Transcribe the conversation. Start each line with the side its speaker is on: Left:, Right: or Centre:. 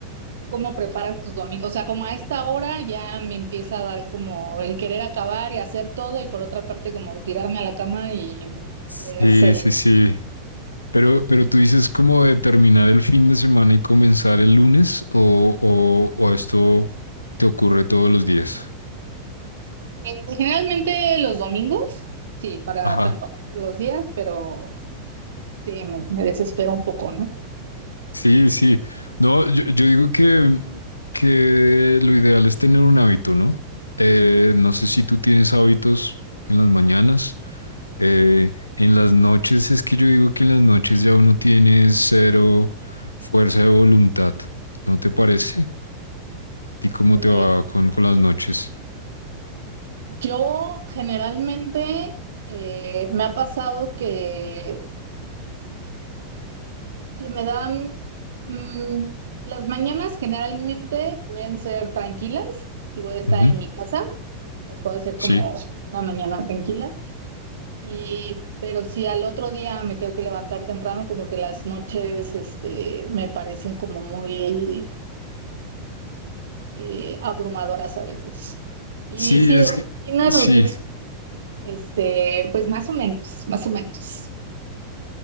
Right: ¿Tú cómo preparas tus domingos? O sea, como a esta hora ya me empieza a dar como el querer acabar y hacer todo y por otra parte como tirarme a la cama y
Left: Sí,
Right: ver series.
Left: sí, sí. Pero, pero tú dices como de terminar el fin de semana y comenzar el lunes o, o, o esto te ocurre todos los días.
Right: Generalmente los domingos, sí, para
Left: Ajá.
Right: tal- los días, pero sí, me, me desespero un poco, ¿no?
Left: Sí, sí. No, yo, yo digo que, que lo ideal es tener un hábito, ¿no? Eh, no sé si tú tienes hábitos en las mañanas. Eh, en las noches es que yo digo que en las noches ya uno tiene cero fuerza de voluntad, ¿no te parece? ¿Y cómo
Right: Eh,
Left: te va con, con las noches?
Right: yo generalmente eh, me ha pasado que, que me dan, mm, las mañanas generalmente pueden ser tranquilas si voy a estar
Left: Ujú.
Right: en mi casa. las puedo hacer
Left: Sí.
Right: como una mañana tranquila. Y, pero si al otro día me tengo que levantar temprano, como que las noches, este, me parecen como muy eh, abrumadoras a veces. Y
Left: Sí,
Right: sí,
Left: es
Right: rutina,
Left: que
Right: rutina,
Left: sí.
Right: este, pues más o menos, más o menos.